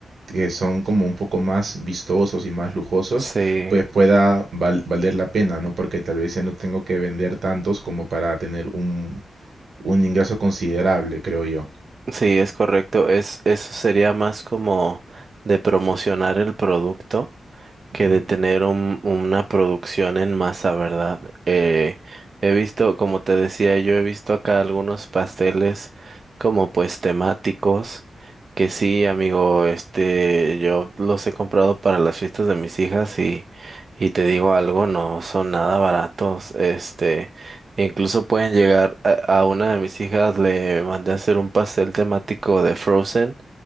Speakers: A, on the right; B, on the right.
A: que son como un poco más vistosos y más lujosos,
B: Sí,
A: pues pueda val- valer la pena, ¿no? Porque tal vez ya no tengo que vender tantos como para tener un, un ingreso considerable, creo yo.
B: sí, es correcto. Es, eso sería más como de promocionar el producto. que
A: Mm.
B: de tener un- una producción en masa, ¿verdad? Eh, he visto, como te decía, yo he visto acá algunos pasteles como pues temáticos, que sí, amigo, este, yo los he comprado para las fiestas de mis hijas y, y te digo algo, no son nada baratos, este, incluso pueden llegar a, a una de mis hijas, le mandé a hacer un pastel temático de Frozen